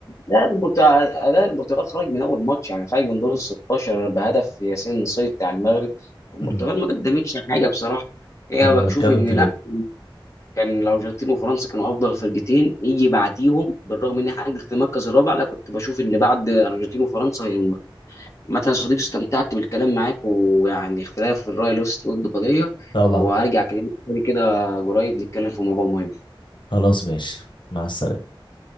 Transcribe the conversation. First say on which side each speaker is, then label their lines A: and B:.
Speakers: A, on the left; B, on the left.
A: لا المت... لا البرتغال خرج من اول ماتش يعني خرج من دور ال 16 بهدف ياسين النصيري بتاع المغرب البرتغال
B: امم
A: ما قدمتش حاجه بصراحه هي
B: انا
A: بشوف
B: بتكلم
A: ان
B: في
A: لا
B: كده
A: كان الارجنتين وفرنسا كانوا افضل فرقتين يجي بعديهم بالرغم ان احنا حققت المركز الرابع لا كنت بشوف ان بعد الارجنتين وفرنسا هي مثلا صديقي استمتعت بالكلام معاك ويعني اختلاف الراي له ضد قضيه
B: طبعا
A: وهرجع اكلمك تاني كده قريب نتكلم في موضوع مهم
B: خلاص ماشي مع السلامه